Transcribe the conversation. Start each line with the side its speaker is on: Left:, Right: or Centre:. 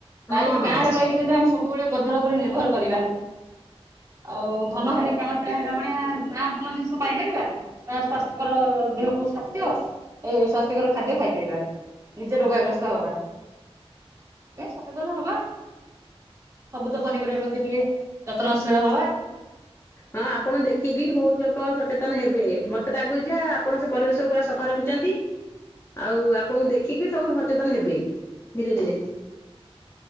Right: ବାରି
Left: ହଁ ହଁ
Right: ଗାଁରେ ରହିକି ଯଦି ଆମ ସବୁବେଳେ ବଜାର ଉପରେ ନିର୍ଭର କରିବା ଆଉ ଭନହାନି ପ୍ରାଣ ଆ ହେଲା ଭଳିଆ ନା ଭଲ ଜିନିଷ ପାଇପାରିବା। ନା ସ୍ଵାସ୍ଥ୍ୟ କର ଦେହକୁ ସ୍ଵାସ୍ଥ୍ୟ ଏ ସ୍ଵାସ୍ଥ୍ୟକର ଖାଦ୍ୟ ଖାଇପାରିବା। ନିଜେ ରୋଗାଗ୍ରସ୍ତ ହବା। ସେଥିାଇ ସଚେତନ ହବା। ସବୁଜ ପନିପରିବା ପ୍ରତି ଟିକେ ଯତ୍ନଶୀଳ ହବା।
Left: ହଁ ଆପଣ ଦେଖିକିନ ବହୁତ ଲୋକ ସଚେତନ ହେବେ ମତେ ଲାଗୁଛି ଆପଣ ସେ ପରିବେଶ ପୁରା ସଫା ରଖିଛନ୍ତି। ଆଉ ଆପଣଙ୍କୁ ଦେଖିକି ସବୁ ସଚେତନ ହେବେ ଧୀରେ ଧୀରେ।